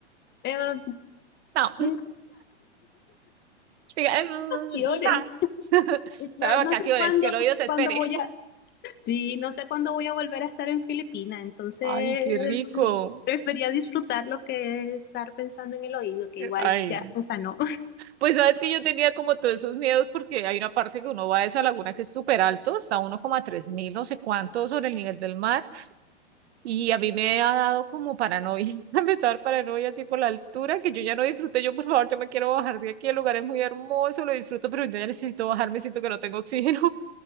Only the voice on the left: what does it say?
Pero,
no
llores.
Yo
no sé cuándo,
cuándo
voy a, Sí, no sé cuándo voy a volver a estar en Filipinas, entonces
Ok. prefería disfrutar lo que estar pensando en el oído, que igual
ya se sanó.